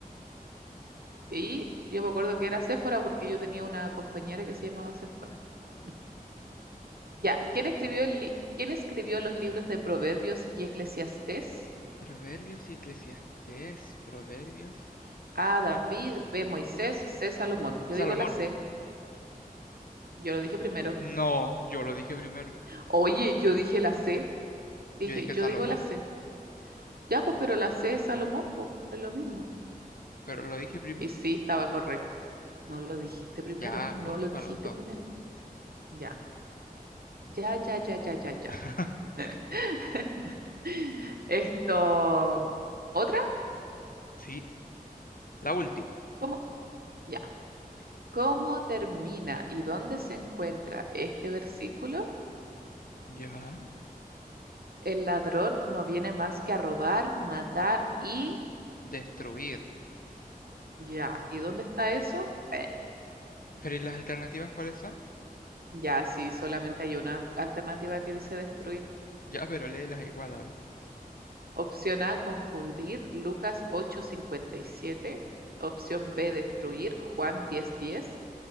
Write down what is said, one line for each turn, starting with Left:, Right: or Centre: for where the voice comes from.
Right: Y yo me acuerdo que era Séfora porque yo tenía una compañera que se llamaba Séfora. Mm. Ya, ¿quién escribió el li- ¿Quién escribió los libros de Proverbios y Eclesiastés?
Left: Proverbios y Eclesiastés, Proverbios.
Right: A, David, B, Moisés, C, Salomón. Yo
Left: Salomón.
Right: digo la C, yo lo dije primero.
Left: No, yo lo dije primero.
Right: Oye, yo dije la C, dije,
Left: Yo dije
Right: yo
Left: Salomón,
Right: digo la C. Ya, pues, pero la C es Salomón, pues, es lo mismo.
Left: pero lo dije primero.
Right: Y sí, estaba correcto. No lo dijiste primero,
Left: Ya,
Right: no
Left: punto
Right: lo
Left: para
Right: dijiste
Left: los dos.
Right: primero. Ya, ya, ya, ya, ya, ya, ya.
Left: <laughs>
Right: <laughs> Esto, ¿otra?
Left: Sí, la última.
Right: ¿Cómo? Ya. ¿Cómo termina y dónde se encuentra este versículo?
Left: Ya,
Right: El ladrón no viene más que a robar, matar y
Left: destruir.
Right: ya. ¿Y dónde está eso? Eh,
Left: Pero ¿y las alternativas cuáles son?
Right: ya, sí, solamente hay una alternativa que dice destruir.
Left: Ya, pero léelas igual, a ver.
Right: Opción A, confundir Lucas ocho cincuenta y siete. Opción B, destruir Juan diez diez